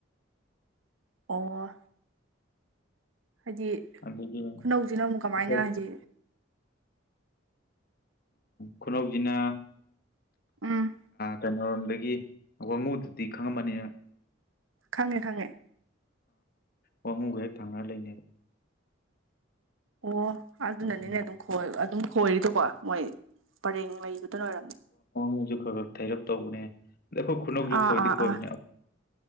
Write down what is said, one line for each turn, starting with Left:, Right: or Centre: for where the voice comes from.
Right: ꯑꯣ ꯍꯥꯏꯗꯤ
Left: ꯑꯗꯨꯒꯤ
Right: ꯈꯨꯅꯧꯁꯤꯅ ꯑꯃꯨꯛ
Left: ꯑꯩꯈꯣꯏ
Right: ꯀꯃꯥꯏꯅ ꯍꯥꯏꯗꯤ
Left: ꯈꯨꯅꯧꯁꯤꯅ
Right: ꯎꯝ
Left: ꯀꯩꯅꯔꯣꯝꯗꯒꯤ ꯋꯥꯉꯨꯗꯨꯗꯤ ꯈꯪꯉꯝꯃꯅꯤ
Right: ꯈꯪꯉꯦ ꯈꯪꯉꯦ
Left: ꯋꯥꯍꯨꯝꯒ ꯍꯦꯛ ꯊꯥꯡꯅꯔ ꯂꯩꯅꯦꯕ
Right: ꯑꯣ ꯑꯗꯨꯅꯅꯤꯅꯦ
Left: ꯑꯩꯈꯣꯏ
Right: ꯑꯗꯨꯝꯣꯏ ꯑꯗꯨꯝ ꯈꯣꯏꯔꯤꯗꯣꯀꯣ ꯃꯣꯏ ꯄꯔꯦꯡ ꯂꯩꯕꯗꯨꯅ ꯑꯣꯏꯔꯝꯅꯤ
Left: ꯎꯝꯖꯤ ꯈꯔ ꯊꯥꯏꯔꯠꯇꯕꯨꯅꯦ ꯑꯩꯈꯣꯏ ꯈꯨꯅꯧꯁꯨ
Right: ꯑꯥ
Left: ꯈꯣꯏꯗꯤ
Right: ꯑꯥ
Left: ꯈꯣꯏꯕꯅꯦ
Right: ꯑꯥ